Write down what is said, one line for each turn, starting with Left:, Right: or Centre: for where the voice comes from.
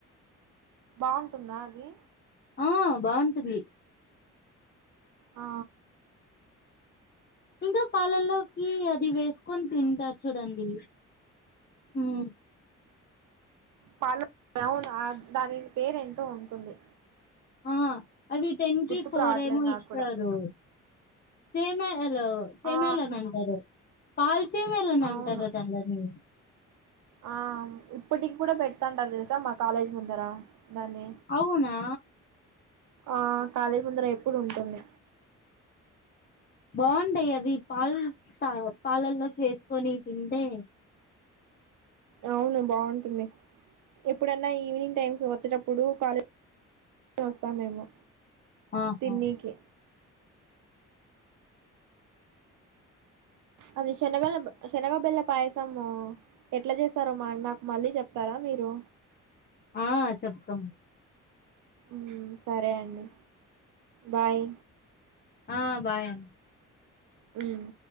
Right: బాగుంటుందా అది
Left: ఆ బావుంటది
Right: ఆ
Left: ఇంకా పాలల్లోకి అది వేసుకొని తింటారు చూడండి ఉమ్
Right: పాలో గౌన్ ఆ దానిని పేరు ఎంటో ఉంటుంది
Left: ఆ అవి టెన్ కి
Right: గుర్తుకు
Left: ఫోర్
Right: రావట్లేదు
Left: ఏమో
Right: నాకు
Left: ఇస్తారు
Right: కూడా
Left: సేమలు సేమ్యల్
Right: ఆ
Left: అని అంటారు పల్స్ సేమ్యాలు అని అంటారు
Right: అవును
Left: దాని కసన్నవు
Right: ఆ ఇప్పటికి కూడా పెడతంటారు తెలుసా మా కాలేజ్ ముందర దాన్ని
Left: అవునా
Right: ఆ కాలేజీ ముందర ఎప్పుడు ఉంటుంది
Left: బాగుంటయి అవి పాలు పాలల్లో వేసుకొని తింటే
Right: అవును బాగుంటుంది ఎప్పుడన్నా ఈవినింగ్ టైమ్స్ వచ్చేటప్పుడు కాలేజీ వస్తాం మేము
Left: ఆహా
Right: తిన్నీకి అది శనగల శనగ బెల్ల పాయసము ఎట్లా చేస్తారో మా నాకు మళ్ళీ చెప్తారా మీరు
Left: ఆ చెప్తాం
Right: ఉమ్ సరే అండి బాయ్
Left: ఆ బాయ్ అండి
Right: అమ్